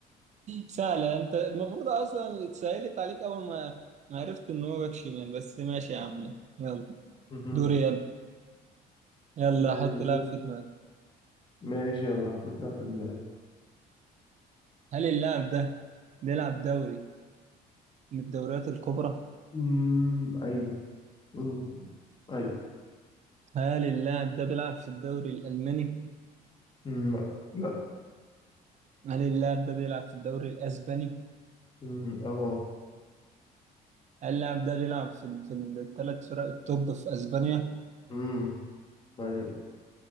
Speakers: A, on the right; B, on the left.
A: سهلة انت المفروض اصلا اتسهلت عليك اول ما ما عرفت ان هو باك شمال بس ماشي يا عم يلا
B: مهم.
A: دوري يلا يلا
B: يعني
A: حط لاعب في دماغك
B: ماشي يلا حطيتها في دماغي
A: هل اللاعب ده بيلعب دوري من الدوريات الكبرى؟
B: أمم، ايوه أمم، ايوه
A: هل اللاعب ده بيلعب في الدوري الألماني؟
B: أمم، لا
A: هل اللاعب ده بيلعب في الدوري الأسباني؟
B: أمم، اه
A: هل اللاعب ده بيلعب في, في الثلاث فرق التوب في أسبانيا؟
B: أمم، ايوه